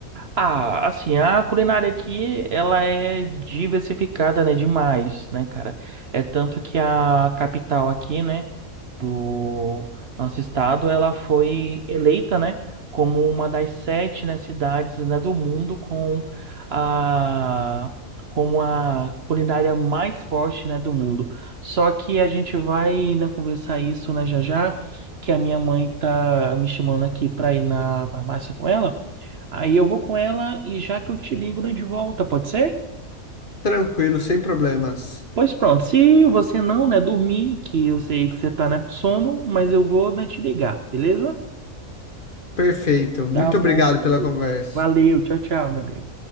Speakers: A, on the right; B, on the left.
A: Ah, assim, a culinária aqui, ela é diversificada, né, demais, né, cara? É tanto que a capital aqui, né, do nosso estado, ela foi eleita, né, como uma das sete, né, cidades, né, do mundo com a como a culinária mais forte, né, do mundo. Só que a gente vai, né, conversar isso, né, já já, que a minha mãe tá me chamando aqui para ir na farmácia com ela. Aí eu vou com ela e já que eu te ligo, né, de volta, pode ser?
B: Tranquilo, sem problemas.
A: Pois pronto, se você não, né, dormir, que eu sei que você tá, né, com sono, mas eu vou, né, te ligar, beleza?
B: Perfeito. Muito
A: Tá bom,
B: obrigado
A: meu amigo.
B: pela conversa.
A: Valeu, tchau, tchau, meu amigo.